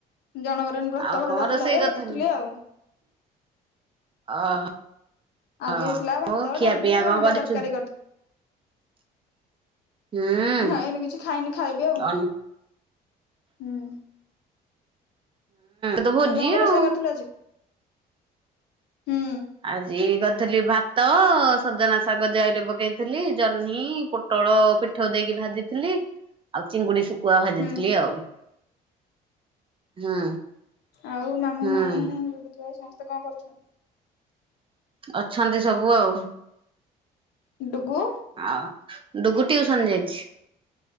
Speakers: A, on the left; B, on the right.
A: ଜଣଙ୍କର ବ୍ରତ
B: ଆଉ
A: ଘର
B: କଣ
A: ଯାଉଥିଲା
B: ରୋଷେଇ
A: ତ
B: କରିଥିଲୁ?
A: ଦେଖୁଥିଲି ଆଉ।
B: ଓହୋ
A: ଆଜି
B: ହ
A: ହେଇଥିଲା ଭାତ
B: ହଉ। ଖିଆ
A: ଡାଲି
B: ପିଆ କଣ
A: ଅଣ୍ଡା
B: କରିଛୁ?
A: ତରକାରୀ
B: ହୁଁ
A: ନାଇ ଏନୁ କିଛି ଖାଇନି ଖାଇବେି ଆଉ ହୁଁ।
B: ଅନ୍ ହୁଁ। ତ ଭୋଜି
A: ତୁ କଣ କଣ
B: ଆଉ
A: ରୋଷେଇ କରିଥିଲୁ ଆଜି? ହୁଁ
B: ଆଜି କରିଥିଲି ଭାତ ସଜନା ଶାଗ ଜାଇରେ ପକେଇଥିଲି ଜହ୍ନି ପ ପୋଟଳ ପିଠ ଦେଇକି ଭାଜିଥିଲି ଆଉ ଚିଙ୍ଗୁଡି କୁଆ ଭାଜିଥିଲି
A: ହୁଁ
B: ଆଉ ହୁଁ।
A: ଆଉ ମାମୁଁ
B: ହୁଁ
A: ମାଇଁ ବିଭୂତି ଭାଇ ସମସ୍ତେ କଣ କରୁଛନ୍ତି?
B: ଅଛନ୍ତି ସବୁ ଆଉ।
A: ଡୁଗୁ
B: ଆଉ ଡୁଗୁ ଟିଉସନ ଯାଇଛି।